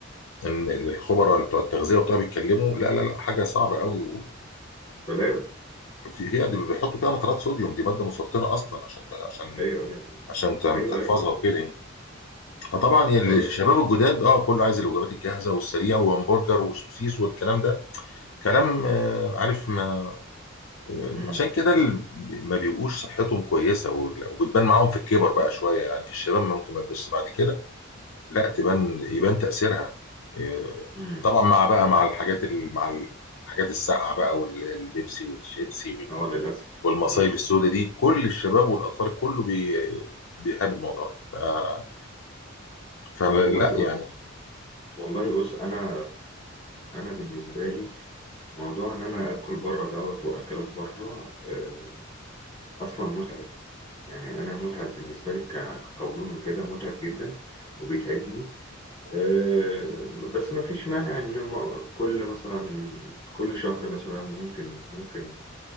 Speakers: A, on the left; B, on the left.
A: ان الخبراء بتوع التغذيه وبتوع بيتكلموا لا لا لا حاجه صعبه
B: مم.
A: قوي و...
B: بلاوي
A: آه، في هي دي بيحطوا فيها نترات صوديوم دي ماده مسرطنه اصلا عشان عشان
B: أيوه أيوه
A: عشان تعم-
B: أيوه
A: تحفظها
B: أيوه
A: وكده يعني فطبعا الشباب
B: بقول لك
A: الجداد اه كله عايز الوجبات الجاهزه والسريعه وهمبرجر وسوسيس والكلام ده كلام آه عارف ما آه
B: امم
A: عشان كده ال- ما بيبقوش صحتهم كويسه وال- وبتبان معاهم في الكبر بقى شويه يعني في الشباب ممكن ما تبانش بعد كده لا تبان يبان تاثيرها آه
B: امم
A: طبعا مع بقى مع الحاجات ال- مع الحاجات الساقعه بقى واللي هي البيبسي والشيبسي وال-
B: أه للأسف
A: والمصايب
B: للأسف
A: السوداء دي كل الشباب والاطفال كله بي بيقابل الموضوع ده ف- فلا
B: والله
A: لا يعني
B: بص والله بص أنا أنا بالنسبة لي موضوع إن أنا آكل بره دوت وأكلات بره آه، أصلا متعب يعني أنا متعب بالنسبة لي ك- كقولون وكده متعب جدا وبيتعبني آه، بس ما فيش مانع إن ما- كل مثلا كل شهر مثلا ممكن ممكن